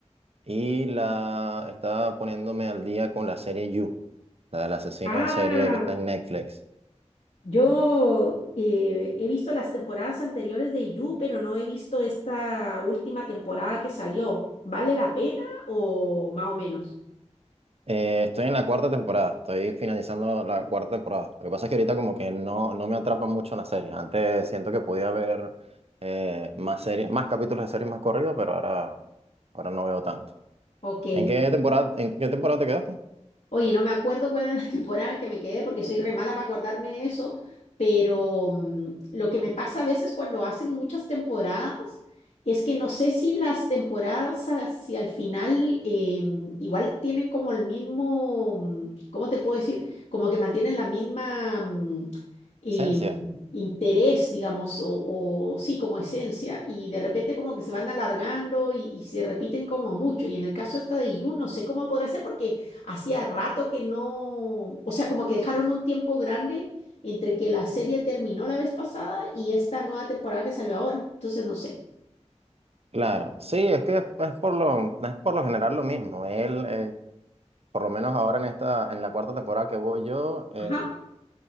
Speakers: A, on the right; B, on the left.
A: y la estaba poniéndome al día con la serie You, la del asesino
B: Ah,
A: en serie que está en Netflix.
B: yo eh, he visto las temporadas anteriores de You, pero no he visto esta última temporada que salió. ¿Vale la pena o más o menos?
A: Eh, estoy en la cuarta temporada, estoy finalizando la cuarta temporada. Lo que pasa es que ahorita como que no, no me atrapa mucho en la serie. Antes siento que podía ver eh, más series, más capítulos de series más corridos, pero ahora, ahora no veo tanto.
B: Ok.
A: ¿En qué temporada, en qué temporada te quedaste?
B: Oye, no me acuerdo cuál era la <laughs> temporada en que me quedé porque soy re mala para acordarme de eso, pero mm, lo que me pasa a veces cuando hacen muchas temporadas es que no sé si las temporadas hacia el final eh, igual tienen como el mismo, mm, ¿cómo te puedo decir? Como que mantienen la misma mm, eh,
A: Esencia,
B: interés, digamos, o, o sí, como esencia, y de repente como que se van alargando y, y se repiten como mucho. Y en el caso esta de You, no sé cómo podrá ser porque Hacía rato que no, o sea, como que dejaron un tiempo grande entre que la serie terminó la vez pasada y esta nueva temporada que salió ahora. Entonces, no sé.
A: claro. Sí, es que es, es por lo, es por lo general lo mismo. Él, eh, por lo menos ahora en esta, en la cuarta temporada que voy yo, eh,
B: Ajá.